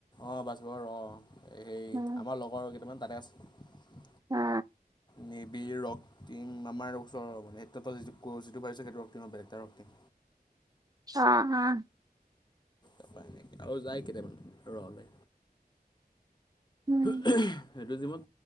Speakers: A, on the left; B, on the right.
A: অঁ বাছবৰ অঁ সেই
B: উম,
A: আমাৰ লগৰ কেইটামান তাতে আছে
B: অ
A: নেভ ৰক্তিম আমাৰ ওচৰ মানে ত যিটো যিটো ভাবিছে সেইটো ৰক্তিম বেলেগ এটা ৰক্তিম
B: অ অা
A: তাৰপৰা আৰু যায় কেইটামানে ৰওঁলৈ
B: উম,
A: উ সেইটো জিমন